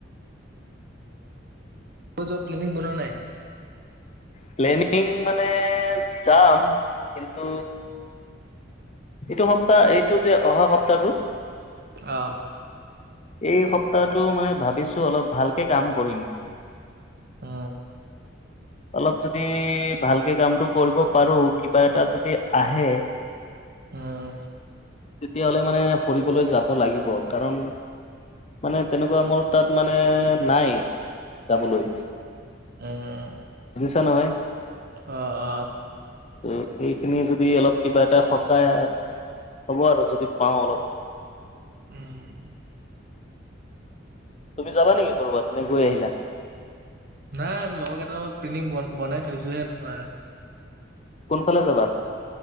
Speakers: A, on the right (about 55°); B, on the left (about 35°).
A: ক'ত যোৱা প্লেনিং বনোৱা নাই।
B: প্লেনিং মানে যাম কিন্তু এইটো সপ্তাহ এইটো যে অহা সপ্তাহটো
A: অ'।
B: এই সপ্তাহটো মানে ভাবিছোঁ অলপ ভালকে কাম কৰিম।
A: উম
B: অলপ যদি ভালকে কামটো কৰিব পাৰো কিবা এটা যদি আহে
A: উম,
B: তেতিয়াহলে মানে ফুৰিবলৈ যাব লাগিব কাৰণ মানে তেনেকুৱা মোৰ তাত মানে নাই যাবলৈ
A: উম।
B: বুজিছা নহয়।
A: অ', অ'।
B: ত' এইখিনি যদি অলপ কিবা এটা সপ তাই হ'ব আৰু যদি পাওঁ অলপ
A: উম।
B: তুমি যাব নেকি ক'ৰবাত নে গৈ আহিলা।
A: নাই আমি লগৰ কেইটা লগত প্ৰিণ্টিং বনাই থৈছোহে তোমাৰ
B: কোনফালে যাবা?